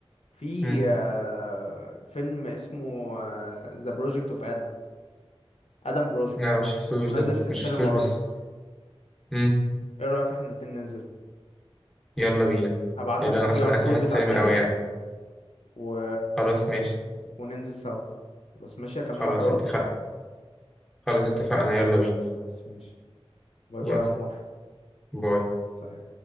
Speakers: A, on the left; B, in the centre.
A: في
B: امم
A: آه، فيلم اسمه ذا بروجكت اوف ادم ادم بروجكت
B: لا ما شفتوش
A: ونازل
B: ده
A: في السينما
B: ما شفتوش
A: قريب
B: بس مم.
A: ايه رأيك احنا الاتنين ننزل
B: يلا بينا
A: هبعت
B: يلا
A: لك
B: انا
A: الكي
B: اصلا
A: ار
B: عايز
A: كود
B: اروح السينما
A: بتاع التيكتس
B: قوي يعني
A: و
B: خلاص ماشي
A: وننزل سوا بس ماشي اكمل
B: خلاص
A: معاك على الواتس
B: اتفقنا خلاص اتفقنا يلا بينا
A: بس ماشي باي
B: يلا
A: باي يا عمار
B: باي
A: سلام